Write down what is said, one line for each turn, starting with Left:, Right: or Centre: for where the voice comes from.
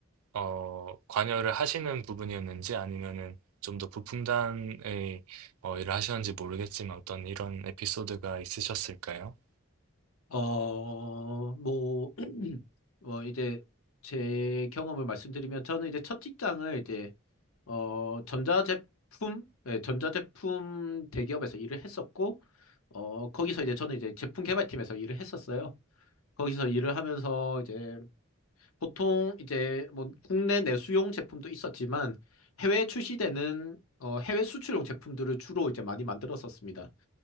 Right: 어, 관여를 하시는 부분이었는지 아니면은 좀 더 부품단의 어, 일을 하셨는지 모르겠지만 어떤 이런 에피소드가 있으셨을까요?
Left: 어, 뭐, <clears throat> 어, 이제 제 경험을 말씀드리면 저는 이제 첫 직장을 이제, 어, 전자제품, 예, 전자제품 대기업에서 일을 했었고, 어, 거기서 이제 저는 이제 제품 개발팀에서 일을 했었어요. 거기서 일을 하면서 이제 보통 이제 뭐 국내 내수용 제품도 있었지만 해외에 출시되는 어, 해외 수출용 제품들을 주로 이제 많이 만들었었습니다.